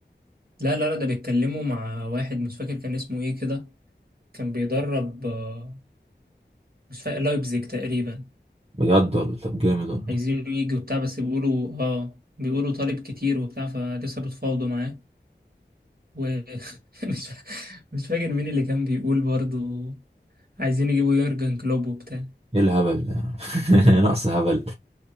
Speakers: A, on the right; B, on the right.
A: لا لا لا ده بيتكلموا مع واحد مش فاكر كان اسمه ايه كده كان بيدرب آه، مش فاكر لايبزيج تقريبا
B: بجد والله طب جامد والله
A: عايزينه يجي وبتاع بس بيقولوا اه بيقولوا طالب كتير وبتاع فلسه بتفاوضوا معاه ومش <laughs> مش فاكر مين اللي كان بيقول برضو عايزين يجيبوا يورجن كلوب وبتاع
B: ايه الهبل ده <laughs> نقص هبل